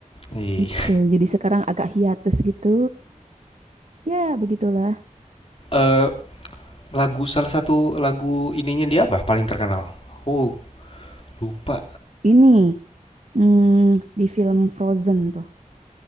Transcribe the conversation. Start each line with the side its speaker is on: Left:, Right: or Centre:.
Left: Ih.
Right: gitu jadi sekarang agak hiatus gitu ya begitulah
Left: Eh, lagu salah satu lagu ininya dia apa paling terkenal? Oh, lupa.
Right: ini mm, di film Frozen tuh